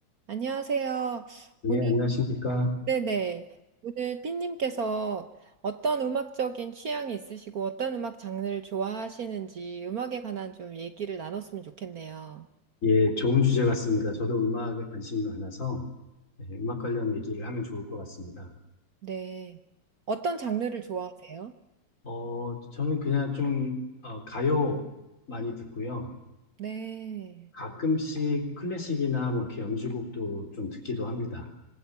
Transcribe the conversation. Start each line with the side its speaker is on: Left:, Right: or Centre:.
Right: 안녕하세요.
Left: 네,
Right: 오늘,
Left: 안녕하십니까.
Right: 네네. 오늘 삐님께서 어떤 음악적인 취향이 있으시고 어떤 음악 장르를 좋아하시는지 음악에 관한 좀 얘기를 나눴으면 좋겠네요.
Left: 예, 좋은 주제 같습니다. 저도 음악에 관심이 많아서 네, 음악 관련 얘기를 하면 좋을 것 같습니다.
Right: 네. 어떤 장르를 좋아하세요?
Left: 어, 저는 그냥 좀 어, 가요 많이 듣고요.
Right: 네.
Left: 가끔씩 클래식이나 뭐 이렇게 연주곡도 좀 듣기도 합니다.